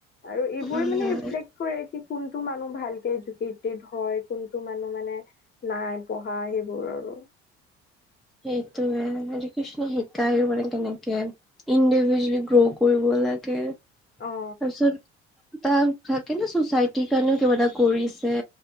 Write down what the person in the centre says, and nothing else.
উম।
সেইটোৱে। এডুকেশ্যনে শিকাইও মানে, কেনেকে ইণ্ডিভিজুৱেল গ্ৰ' কৰিব লাগে। তাৰপিছত
তাৰ থাকে ন চচাইটিৰ কাৰণেও কিবা এটা কৰিছে।